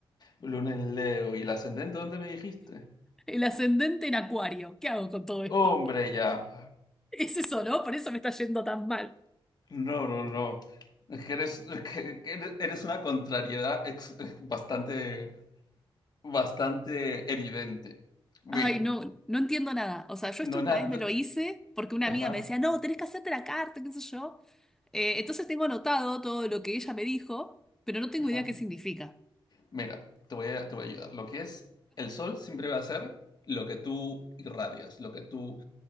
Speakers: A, on the left; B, in the centre.
A: Luna en Leo. ¿Y la ascendente dónde me dijiste?
B: El ascendente en Acuario. ¿Qué hago con todo esto?
A: Hombre, ya.
B: Es eso, ¿no? Por eso me está yendo tan mal.
A: No, no, no. Es que eres, es que- que eres eres una contrariedad ex- bastante, bastante evidente. Mira,
B: Ay, no, no entiendo nada. O sea, yo esto
A: no,
B: una
A: na-
B: vez
A: no-
B: me lo hice porque una
A: ajá,
B: amiga me decía, no, tenés que hacerte la carta, qué sé yo. Eh, entonces tengo anotado todo lo que ella me dijo, pero no tengo
A: ajá.
B: idea qué significa.
A: Mira, te voy a, te voy a ayudar. Lo que es el sol siempre va a ser lo que tú irradias, lo que tú